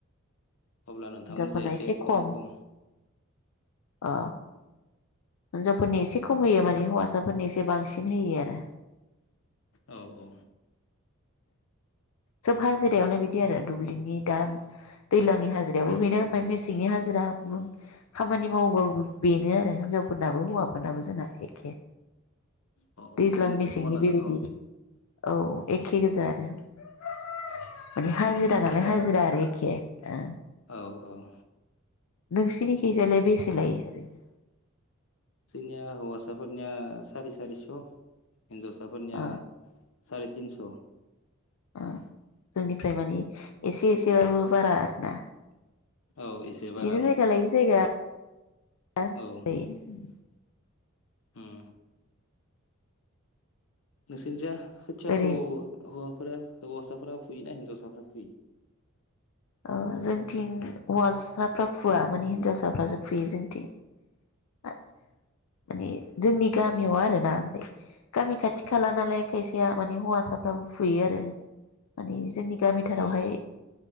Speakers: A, on the left; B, on the left.
A: अब्ला नोंथांमोननि
B: हिनजावफोरना
A: जाय एसे कम
B: खम
A: कम
B: अ हिनजावफोरनि एसे खम होयो माने हौवासाफोरनि एसे बांसिन होयो आरो
A: औ औ
B: सोब हाजिरायावनो बिदि आरो दुब्लिनि दा दैज्लांनि हाजिरायावबो बेनो ओमफ्राय मेसेंनि हाजिरा गुबुन खामानि मावबाबो बेनो आरो हिनजाव फोरनाबो हौवाफोरनाबो जोंना एखे
A: औ
B: दैज्लां
A: मेसेंजों
B: मेसेंनि
A: समान आरो
B: बेबायदि
A: न'
B: औ एखे
A: उम
B: गोजा आरो माने हाजिरा
A: थिगानो
B: नालाय हाजिरा आरो एखे ओ
A: औ औ
B: नोंसिनिखैजालाय बेसे लायो ओरैनो
A: जोंनिया हौवासाफोरनिया सारि सारिस हिनजावसाफोरनिया
B: ओ
A: सार तिनस
B: ओ जोंनिफ्राय माने एसे एसेबाबो बारा आरो ना। इदिनो
A: औ एसे बारा ओं
B: जायगालायै जायगा। <unintelligible>
A: औ उम नोंसिनिजा खोथियाखौ
B: ओरै
A: हौफोरा हौवासाफोरा फुयो ना हिनजावसाफोरा फुयो।
B: ओ जोंथिं हौवासाफ्रा फुवा माने हिनजावसाफ्रासो फुयो जोंथिं माने जोंनि गामियाव आरो ना गामि खाथि खाला नालाय खायसेया माने हौवासाफ्राबो फुयो आरो माने जोंनि गामिथारावहाय
A: औ औ